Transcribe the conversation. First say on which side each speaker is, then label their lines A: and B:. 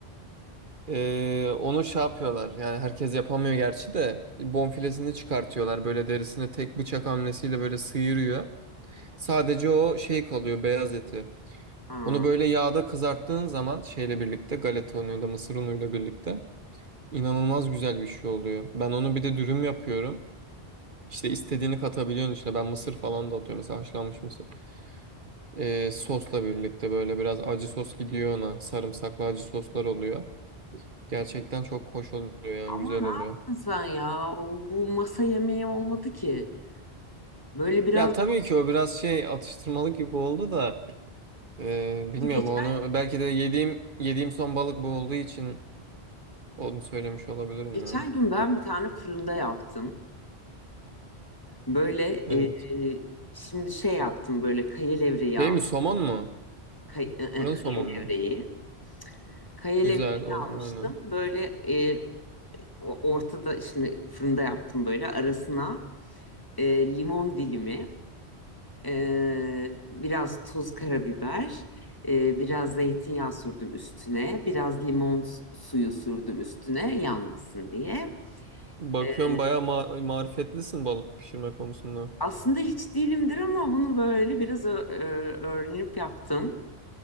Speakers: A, on the right; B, on the left.
A: Ee, onu şey yapıyorlar yani herkes yapamıyor gerçi de bonfilesini çıkartıyorlar böyle derisini tek bıçak hamlesiyle böyle sıyırıyor. Sadece o şey kalıyor beyaz eti.
B: Aa.
A: Onu böyle yağda kızarttığın zaman şeyle birlikte galeta unuyla mısır unuyla birlikte inanılmaz güzel bir şey oluyor. Ben onu bir de dürüm yapıyorum. İşte istediğini katabiliyorsun içine. Ben mısır falan da atıyorum mesela haşlanmış mısır. Ee, sosla birlikte böyle biraz acı sos gidiyor ona. Sarımsaklı acı soslar oluyor. Gerçekten çok hoş oluyor yani
B: Ama
A: güzel
B: ne
A: oluyor.
B: yaptın sen ya? O- Bu masa yemeği olmadı ki. Böyle biraz
A: Ya tabii ki o biraz şey atıştırmalık gibi oldu da e, bilmiyorum
B: geçen
A: onu belki de yediğim yediğim son balık bu olduğu için onu söylemiş olabilirim
B: geçen
A: ya.
B: gün ben bir tane fırında yaptım. Böyle
A: Evet.
B: e, e, şimdi şey yaptım böyle kaya levreği
A: Şey
B: al,
A: mi somon mu?
B: kay- e, e,
A: Fırın
B: kaya
A: somon mu?
B: levreği. Kaya
A: Güzel
B: levreği
A: o
B: almıştım.
A: aynen.
B: Böyle e, o- ortada şimdi fırında yaptım böyle arasına e, limon dilimi. Ee, biraz tuz, karabiber, ee, biraz zeytinyağı sürdüm üstüne, biraz limon suyu sürdüm üstüne yanmasın diye.
A: Bakıyorum
B: Ee,
A: bayağı ma- marifetlisin balık pişirme konusunda.
B: aslında hiç değilimdir ama bunu böyle biraz ö- ö- öğrenip yaptım.